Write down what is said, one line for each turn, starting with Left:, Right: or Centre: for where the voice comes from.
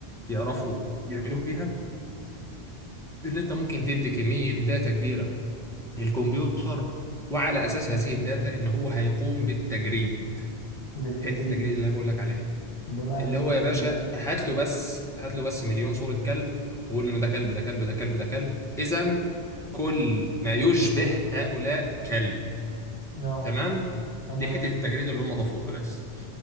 Centre: يعرفوا يعملوه بيها ان انت ممكن تدي كمية داتا كبيرة للكمبيوتر وعلى اساس هذه الداتا ان هو هيقوم بالتجريد
Left: بالتجريد
Centre: حتة التجريد اللي انا بقول لك عليها
Left: بمعنى
Centre: اللي
Left: ايه
Centre: هو
Left: تجريد
Centre: يا باشا هات له بس هات له بس مليون صورة كلب وقول له إن ده كلب ده كلب ده كلب ده كلب إذا كل ما يشبه هؤلاء كلب
Left: اه
Centre: تمام
Left: تمام
Centre: دي حتة التجريد اللي هم ضافوها بس